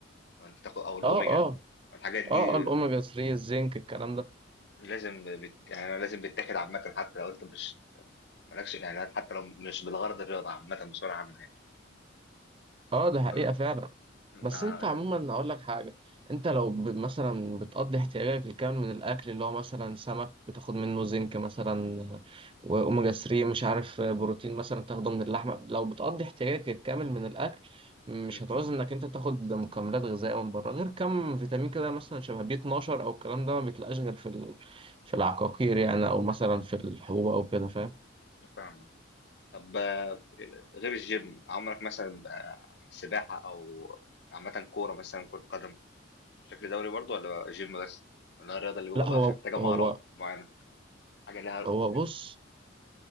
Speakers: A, on the left; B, on the right.
A: انت تاخد او الاوميجا
B: أه أه
A: الحاجات دي
B: أه آه، الأوميجا 3 الزنك الكلام ده
A: لازم بت... يعني أنا لازم بتاخد عامه حتى لو انت مش مالكش يعني حتى لو مش بالغرض الرياضه عامه بصوره عامه يعني
B: أه ده حقيقة
A: ما...
B: فعلا
A: ما...
B: بس انت عموما اقول لك حاجه انت لو ب- مثلا بتقضي احتياجك الكامل من الاكل اللي هو مثلا سمك بتاخد منه زنك مثلا واوميجا 3 مش عارف بروتين مثلا تاخده من اللحمه لو بتقضي احتياجك الكامل من الاكل مش
A: مم،
B: هتعوز انك انت تاخد مكملات غذائيه من بره غير كم فيتامين كده مثلا شبه بي 12 او الكلام ده ما بيتلقاش غير في ال... في العقاقير يعني او مثلا في الحبوب او كده فاهم
A: فاهمك طب آه، غير الجيم عمرك مثلا آه، سباحه او عامه كوره مثلا كره قدم بشكل دوري برضو ولا جيم بس ولا الرياضه اللي بيبقى
B: لا
A: بقى
B: هو
A: محتاجه
B: هو
A: مهارات معينه حاجه لها
B: هو بص